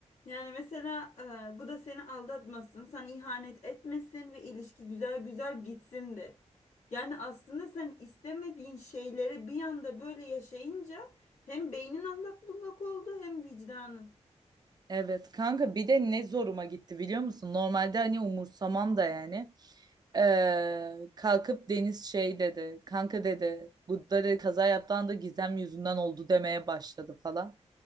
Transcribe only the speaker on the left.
yani mesela e, bu da seni aldatmasın, sana ihanet etmesin ve ilişki güzel güzel gitsin de. Yani aslında sen istemediğin şeyleri bir anda böyle yaşayınca hem beynin allak bullak oldu hem vicdanın.